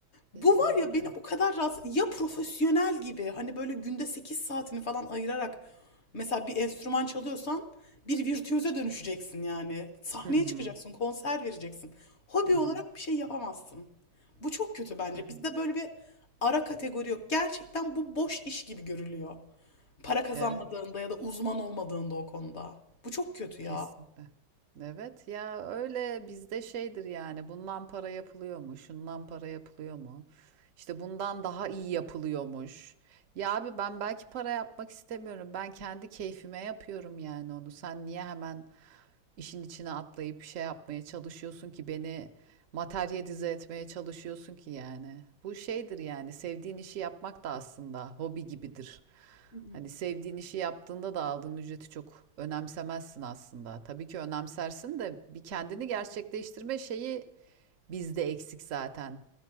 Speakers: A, on the right; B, on the left.
A: kesinlikle.
B: Bu var ya beni o kadar rahatsız... Ya profesyonel gibi hani böyle günde 8 saatini falan ayırarak mesela bir enstrüman çalıyorsan bir virtüöze dönüşeceksin yani. Sahneye
A: Hı hı
B: çıkacaksın, konser vereceksin. Hobi
A: hı hı.
B: olarak bir şey yapamazsın. Bu çok kötü bence.
A: Aynen.
B: Bizde böyle bir ara kategori yok. Gerçekten bu boş iş gibi görülüyor. Para kazanmadığında
A: Evet.
B: ya da uzman olmadığında o konuda. Bu çok kötü ya.
A: Kesinlikle. Evet ya öyle bizde şeydir yani bundan para yapılıyor mu? Şundan para yapılıyor mu? İşte bundan daha iyi yapılıyormuş. Ya abi ben belki para yapmak istemiyorum. Ben kendi keyfime yapıyorum yani onu. Sen niye hemen işin içine atlayıp şey yapmaya çalışıyorsun ki beni materyalize etmeye çalışıyorsun ki yani. Bu şeydir yani sevdiğin işi yapmak da aslında hobi gibidir.
B: Hı hı.
A: Hani sevdiğin işi yaptığında da aldığın ücreti çok önemsemezsin aslında. Tabii ki önemsersin de bir kendini gerçekleştirme şeyi bizde eksik zaten.